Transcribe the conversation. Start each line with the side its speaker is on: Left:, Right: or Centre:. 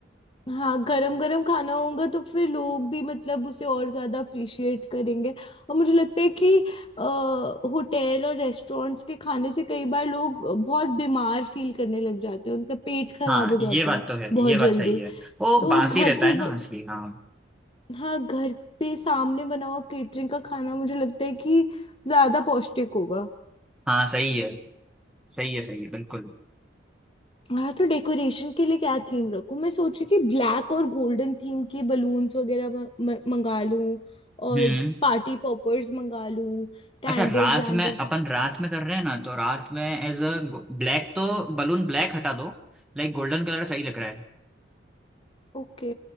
Left: हाँ गरम गरम खाना होगा तो फिर लोग भी मतलब उसे और ज्यादा अप्रिशिएट करेंगे और मुझे लगता है कि होटल और रेस्टोरेंट्स के खाने से कई बार लोग बहुत बीमार फील करने लग जाते हैं उनका पेट खराब
Centre: हाँ
Left: हो जाते
Centre: ये बात
Left: हैं
Centre: तो है
Left: बहुत
Centre: ये
Left: जल्दी
Centre: बात सही है वो
Left: तो
Centre: बासी
Left: घर
Centre: रहता
Left: पे
Centre: है
Left: ब...
Centre: ना असली हाँ
Left: हाँ घर पे सामने बना हुआ केटरिंग का खाना मुझे लगता है कि ज्यादा पौष्टिक होगा
Centre: हाँ सही है सही है सही है बिल्कुल
Left: हाँ तो डेकोरेशन के लिए क्या थीम रखूं मैं सोच रही थी ब्लैक और गोल्डन थीम के बलून्स वगैरह म- म- मंगा लूं और
Centre: हम्म
Left: पार्टी पॉपर्स मंगा लूं कैंडल्स
Centre: अच्छा रात
Left: वैंडल्स
Centre: में अपन रात में कर रहे हैं ना तो रात में एज अ ब्लैक तो बलून ब्लैक हटा दो लाइक गोल्डन कलर सही लग रहा है
Left: ओके